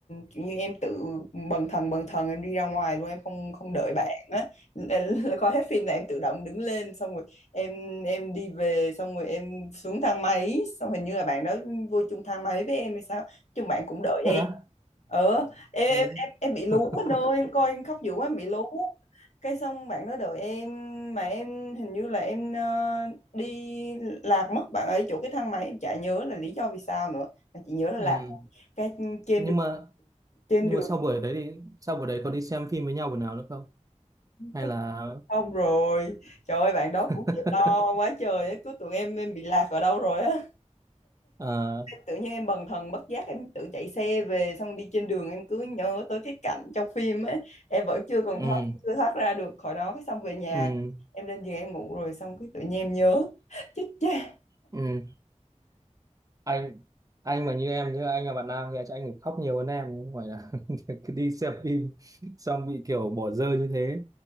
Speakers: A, on the left; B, on the right.
A: kiểu như em tự bần thần bần thần em đi ra ngoài luôn em không không đợi bạn á Là- là <laughs> coi hết phim là em tự động đứng lên xong rồi em em đi về xong rồi em xuống thang máy xong hình như là bạn đó vô chung thang máy với em hay sao chung bạn cũng đợi
B: thật
A: em
B: á
A: ờ em
B: ừ.
A: em em, em bị lú
B: <laughs>
A: anh ơi em coi em khóc dữ quá em bị lú cái xong bạn đó đợi em mà em hình như là em ờ, đi lạc mất bạn ấy chỗ cái thang máy em chả nhớ là lý do vì sao nữa mà chỉ nhớ là lạc
B: ừ.
A: cái trên
B: nhưng
A: đường
B: mà
A: trên
B: nhưng
A: đường
B: mà sau buổi đấy thì sau buổi đấy có đi xem phim với nhau buổi nào nữa không hay
A: phát
B: là
A: xong rồi trời ơi bạn đó
B: <laughs>
A: cũng chịu lo quá trời á cứ tưởng em em bị lạc ở đâu rồi á
B: ờ,
A: tự nhiên em bần thần bất giác em tự chạy xe về xong đi trên đường em cứ nhớ tới cái cảnh trong phim ấy em vẫn chưa còn
B: ừ
A: thoát chưa thoát ra được khỏi nó cái xong về nhà
B: ừ
A: em lên giường em ngủ rồi xong cái tự nhiên em nhớ <laughs> chết cha
B: ừ anh anh mà như em nhớ anh là bạn nam thì chắc anh phải khóc nhiều hơn em chứ không phải là <laughs> cứ đi xem phim <laughs> xong bị kiểu bỏ rơi như thế